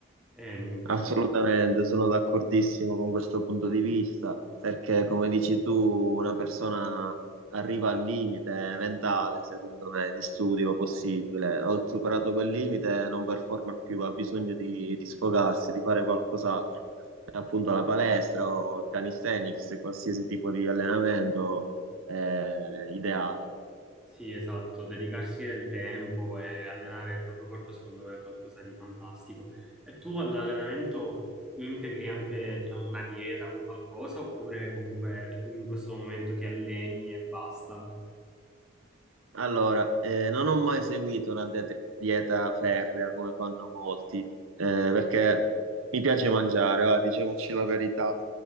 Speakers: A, in the centre; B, on the right (about 85°).
A: Ehm,
B: Assolutamente, sono d'accordissimo con questo punto di vista, perché come dici tu, una persona arriva al limite mentale, secondo me, di studio possibile. Ho superato quel limite, non performa più, ha bisogno di, di sfogarsi, di fare qualcos'altro. E appunto la palestra o il calisthenics, qualsiasi tipo di allenamento è ideale.
A: sì, esatto, dedicarsi del tempo e allenare il proprio corpo, secondo me, è qualcosa di fantastico. E tu all'allenamento integri anche, diciamo, una dieta, un qualcosa, oppure comunque in questo momento ti alleni e basta?
B: Allora, eh, non ho mai seguito una det- dieta ferrea come fanno molti, eh, perché mi piace mangiare, va, diciamoci la verità.